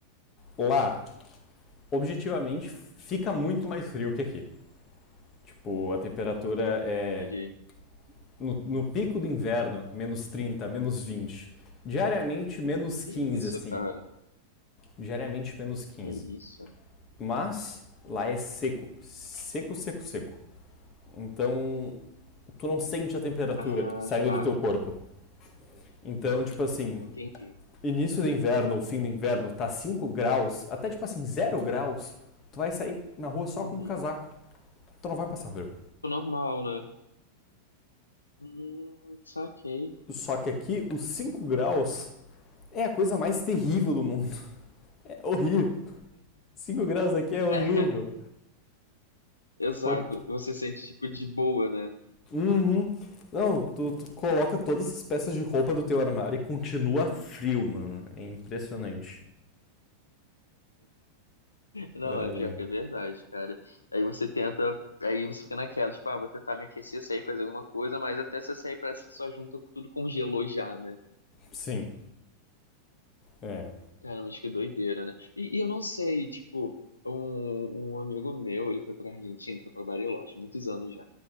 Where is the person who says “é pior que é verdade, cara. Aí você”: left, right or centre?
Left